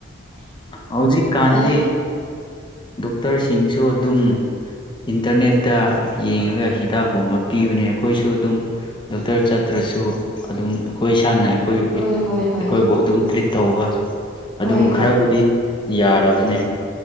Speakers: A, on the left; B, in the centre.
A: ꯍꯧꯖꯤꯛ ꯀꯥꯟꯗꯤ
B: ꯍꯣꯏ
A: ꯗꯣꯛꯇꯔꯁꯤꯡꯁꯨ ꯑꯗꯨꯝ ꯏꯟꯇꯔꯅꯦꯠꯇ ꯌꯦꯡꯔꯒ ꯍꯤꯗꯥꯛꯀꯨꯝꯕ ꯄꯤꯕꯅꯦ ꯑꯩꯈꯣꯏꯁꯨ ꯑꯗꯨꯝ ꯗꯣꯛꯇꯔ ꯆꯠꯇ꯭ꯔꯁꯨ ꯑꯗꯨꯝ ꯑꯩꯈꯣꯏ ꯏꯁꯥꯅ ꯑꯩꯈꯣꯏ
B: ꯍꯣꯏ ꯍꯣꯏ ꯍꯣꯏ
A: ꯑꯩꯈꯣꯏꯕꯨ ꯑꯗꯨꯝ ꯇ꯭ꯔꯤꯠ ꯇꯧꯕ
B: ꯍꯣꯏ
A: ꯑꯗꯨꯝ ꯈꯔꯕꯨꯗꯤ ꯌꯥꯔꯕꯅꯦ